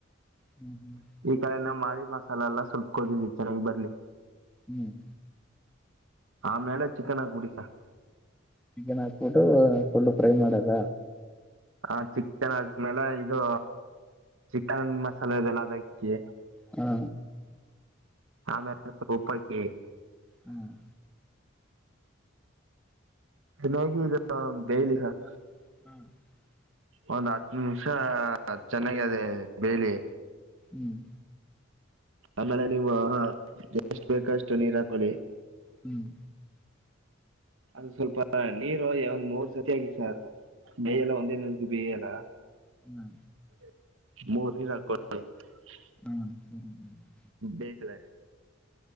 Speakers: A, on the right; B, in the centre.
A: <inaudible>
B: ಹ್ಮ್ ಹ್ಮ್
A: ಈ ಕಡೆ ನಾವು ಮಾಡಿದ್ ಮಸಾಲೆ ಎಲ್ಲ ಸ್ವಲ್ಪ ಕುದಿಲಿ ಚೆನ್ನಾಗ್ ಬರ್ಲಿ
B: ಹ್ಮ್
A: ಆಮೇಲೆ ಚಿಕನ್ ಆಕ್ಬಿಡಿ ಸ
B: ಚಿಕನ್ ಹಾಕ್ಬಿಟ್ಟು ಫುಲ್ಲು ಫ್ರೈ ಮಾಡದ.
A: ಹಾ ಚಿಕನ್ ಆದ್ಮೇಲೆ ಇದು ಚಿಕನ್ ಮಸಾಲೆ ಇದೆಲ್ಲ ಅದಕಿ
B: ಹಾ
A: ಆಮೇಲೆ <unintelligible> ಹ್ಮ್
B: ಹ್ಮ್
A: ಚೆನ್ನಾಗಿ ಇದ ಬೇಯ್ಲಿ ಸರ್
B: <inaudible>
A: ಒಂದ್ ಹತ್ತು ನಿಮಿಷ ಚೆನ್ನಾಗದೆ ಬೇಯ್ಲಿ.
B: ಹ್ಮ್
A: ಆಮೇಲೆ ನೀವು ಎಷ್ಟು ಬೇಕಷ್ಟು ನೀರ್ ಹಾಕೊಳ್ಳಿ.
B: ಹ್ಮ್
A: ಅದು ಸ್ವಲ್ಪ ನೀರು ಒಂದ್ ಮೂರ್ ಸರ್ತಿ ಆಗಿ ಸರ್ ಮೇಗೆಲ್ಲ ಒಂದೇ <unintelligible> ಬೇಯಲ್ಲ.
B: ಹ್ಮ್.
A: <unintelligible>
B: ಹ್ಮ ಹ್ಮ.
A: ಬೇಕ್ ಲೇ.